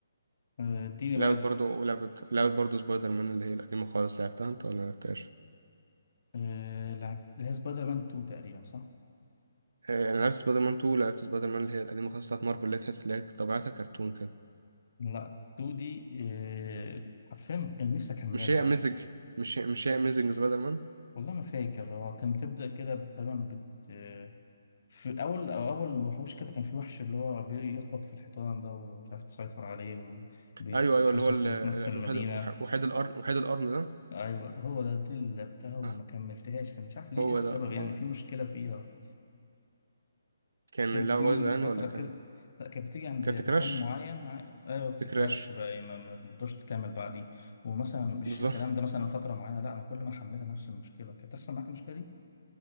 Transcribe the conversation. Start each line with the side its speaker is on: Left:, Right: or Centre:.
Left: آه، اديني
Right: لعبت
Left: بقى
Right: برضو لعبت لعبت برضو سبايدر مان اللي هي القديمة خالص لعبتها انت ولا لعبتهاش؟
Left: آه، لعب اللي هي سبايدر مان 2 تقريبا صح؟
Right: آه، انا لعبت سبايدر مان 2 لعبت سبايدر مان اللي هي القديمة خالص بتاعت مارفل اللي هي تحس اللي هي طبيعتها كرتون كده
Left: لا 2 دي آه، حرفيا كان نفسي اكملها
Right: مش هي اميزنج مش هي مش هي اميزنج سبايدر مان
Left: والله ما فاكر هو كان بتبدأ كده تقريبا بت في أول أو أول وحوش كده كان في وحش اللي هو بيخبط في الحيطان ده ومش عارف تسيطر عليه وبيتحصر
Right: ايوه ايوه اللي هو ال-
Left: كده في نص المدينة
Right: الوحيد وحيد القرن وحيد القرن ده
Left: أيوة هو ده دي اللي لعبتها وما
Right: آه،
Left: كملتهاش كان مش عارف ليه
Right: هو
Left: إيه السبب
Right: ده
Left: يعني
Right: هو
Left: في مشكلة فيها
Right: كان
Left: كانت
Right: اللعبة
Left: بتيجي
Right: بايظة
Left: في
Right: يعني
Left: فترة
Right: ولا كان
Left: كده لا كانت بتيجي عند
Right: كانت
Left: مكان
Right: كراش
Left: معين مع... أيوة بتكراش
Right: تكراش
Left: بقى ما ما- ما بتقدرش تكمل بعديه ومثلا مش
Right: بالظبط
Left: الكلام ده
Right: <laughs>
Left: مثلا فترة معينة لا أنا كل ما أحملها نفس المشكلة كانت تحصل معاك المشكلة